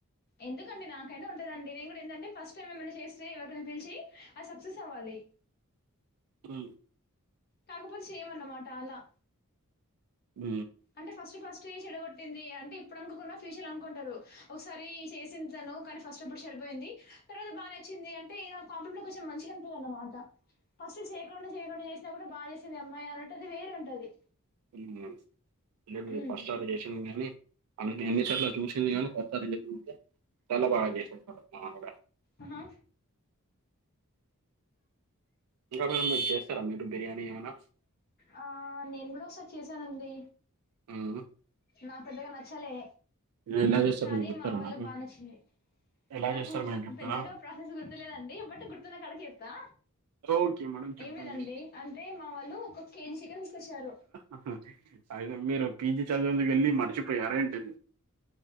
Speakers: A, on the left (about 45°); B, on the right (about 85°).
A: ఎందుకండి నాకై ఉంటుందండి నేను కూడా ఏందంటే ఫస్ట్ టైం ఏమైనా చేస్తే ఎవరికై పిలిచి అది సక్సెస్ అవ్వాలి
B: ఉ
A: కాకపోతే చేయమన్నమాట అలా
B: ఊ
A: అంటే ఫస్ట్ ఫస్ట్ ఏ చెడగొట్టింది అంటే ఇప్పుడు అనుకున్న ఫ్యూచర్ లో అనుకుంటారు ఒకసారి చేసింది తను కాని ఫస్ట్ అప్పుడు చెడిపోయింది తర్వాత బానేచ్చింది అంటే ఇకా కొంపంలో కొంచెం మంచిగా అనిపియదన్నమాట ఫస్ట్ చేయకుండా చేయకుండా చేసినా కూడా బాగా చేసింది ఈ అమ్మాయి అనట్టు అది వేరే ఉంటది
B: అవున మేము
A: హ్మ్.
B: ఫస్ట్ ఆది చేసినం గానీ అన్ని ఎన్నిసార్ల చూసింది కానీ కొత్త రిలేషన్ వుంటే చాలా బాగా చేసారు <inaudible> ఆవిడా
A: ఆహ
B: ఇంకా మీరు మీరు చేస్తారా మీరు బిర్యానీ ఏమైనా
A: ఆ నేను కూడా ఒకసారి చేసానండి
B: మ్ హుం
A: నా పెద్దగా నచ్చాలే
B: ఎలా చేస్తారు
A: కానీ
B: కొంచెం చెప్తారా
A: మా వోళ్ళకి
B: నాకు
A: బా నచ్చింది
B: ఎలా
A: నాకు
B: చేస్తారు కొంచెం చెప్తారా
A: పెద్దగా ప్రాసెస్ గుర్తులేదండి బట్ గుర్తున్న కాడికి చెప్తా
B: ఓకే మేడం చెప్పండి
A: ఏమి లేదండి అంటే మా వాళ్ళు ఒక కేజీ చికెన్ తీసుకొచ్చారు
B: అహుమ్ అయితే మీరు పీజీ చదివేందుకు వెళ్ళి మర్చిపోయారా ఏంటి